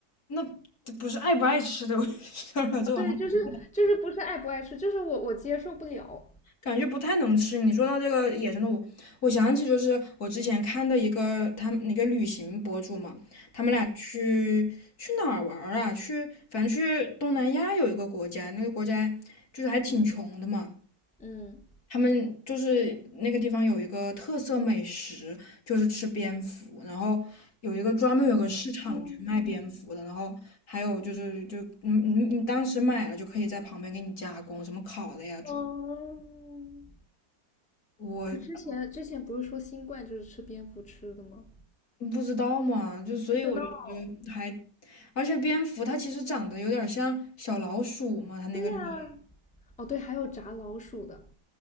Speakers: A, on the left; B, in the centre.
A: 那这不是爱不爱吃的 <laughs> 事儿了，这玩意儿。
B: 啊，对，就是就是不是爱不爱吃，就是我我接受不了。
A: 感觉不太能吃。你说到这个野生的，我我想起就是我之前看的一个他们那个旅行博主嘛，他们俩去去哪儿玩儿啊？
B: 嗯
A: 去反正去东南亚有一个国家，那个国家就是还挺穷的嘛。
B: 嗯
A: 他们就是那个地方有一个特色美食，就是吃蝙蝠，然后有一个专门有个市场去卖蝙蝠的，
B: 嗯
A: 然后还有就是就你你你当时买了就可以在旁边给你加工，什么烤的呀、煮
B: 嗯，
A: 我
B: 可之前之前不是说新冠就是吃蝙蝠吃的吗？
A: 你不知道嘛，就所以我觉得还，
B: 不知道。
A: 而且蝙蝠它其实长得有点像小老鼠嘛，它那个脸
B: 对呀，哦对，还有炸老鼠的。